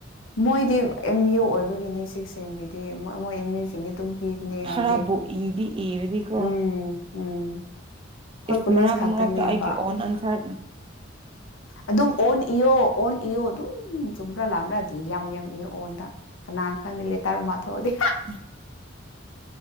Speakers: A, on the left (about 75°); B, on the right (about 30°).
A: ꯃꯣꯏꯗꯤ ꯑꯦꯝ ꯑꯦꯨ ꯑꯣꯏꯕꯒꯤꯅꯤ ꯁꯤꯛꯁ ꯑꯒꯤꯗꯤ ꯃꯣꯏ ꯑꯦꯝ ꯑꯦꯨꯁꯤꯡꯗꯤ ꯑꯗꯨꯝ ꯄꯤꯕꯅꯦ ꯍꯥꯏꯕꯗꯤ
B: ꯈꯔꯕꯨ ꯏꯗꯤ ꯏꯔꯗꯤꯀꯣ
A: ꯎꯝ ꯎꯝ ꯑꯩꯈꯣꯏ
B: ꯏꯁ
A: ꯀꯣꯂꯦꯖ
B: ꯃꯔꯛ
A: ꯈꯛꯇꯅꯦꯕ
B: ꯃꯔꯛꯇ ꯑꯩꯒꯤ ꯑꯣꯟ ꯑꯟꯁꯔ
A: ꯑꯗꯨꯝ ꯑꯣꯟ ꯏꯌꯣ ꯑꯣꯟ ꯏꯌꯣ ꯑꯗꯨꯝ ꯆꯨꯝꯕ꯭ꯔꯥ ꯂꯥꯡ꯭ꯔꯥ ꯗꯤ ꯌꯥꯝ ꯏ ꯑꯣꯟꯗ ꯀꯅꯥ ꯈꯪꯗ ꯂꯩꯦꯇꯥꯥꯔꯨ ꯃꯥꯊꯣꯛꯑꯗꯤ
B: ꯎꯝ